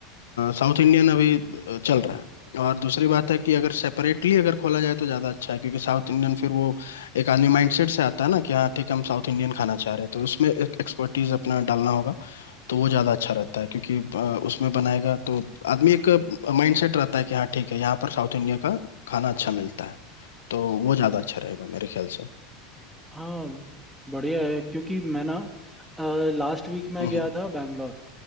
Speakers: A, on the left (about 90°); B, in the centre.
A: साउथ इंडियन अभी अ, चल रहा है और दूसरी बात है कि अगर सेपरेटली अगर खोला जाए तो ज़्यादा अच्छा है क्योंकि साउथ इंडियन फिर वो एक आदमी माइंडसेट से आता है ना कि हाँ ठीक है हम साउथ इंडियन खाना चाह रहे हैं तो उसमें एक एक्सपर्टीज अपना डालना होगा तो वो ज़्यादा अच्छा रहता है क्योंकि अ, उसमें बनाएगा तो आदमी एक माइंडसेट रहता है कि हाँ ठीक है यहाँ पर साउथ इंडिया का खाना अच्छा मिलता है तो वो ज़्यादा अच्छा रहेगा मेरे ख्याल से
B: हाँ बढ़िया है क्योंकि मैं ना लास्ट वीक मैं
A: हम्म
B: गया
A: हम्म,
B: था बैंगलोर